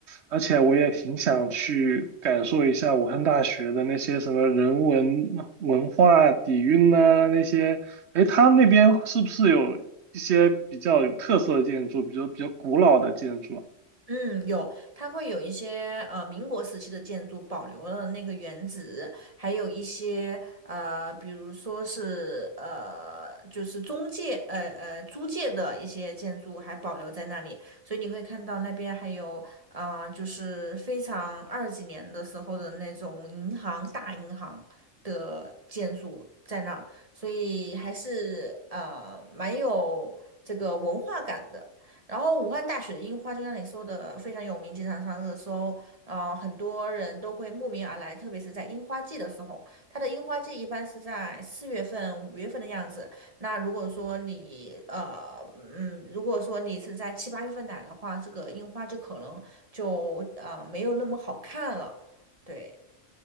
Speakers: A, on the right; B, on the right.
A: 而且我也挺想去感受一下武汉大学的那些什么人文文化底蕴呐、那些，诶，它那边是不是有一些比较有特色的建筑，比如比较古老的建筑啊？
B: 嗯，有，它会有一些呃民国时期的建筑保留了那个原址，还有一些呃，比如说是呃，就是中介呃呃租界的一些建筑还保留在那里，所以你会看到那边还有啊、呃就是非常二几年的时候的那种银行大银行的建筑在那儿，所以还是呃蛮有这个文化感的。然后武汉大学的樱花，就像你说的，非常有名，经常上热搜，啊，很多人都会慕名而来，特别是在樱花季的时候。它的樱花季一般是在四月份、五月份的样子。那如果说你呃，嗯，如果说你是在七八月份来的话，这个樱花就可能就呃没有那么好看了。对，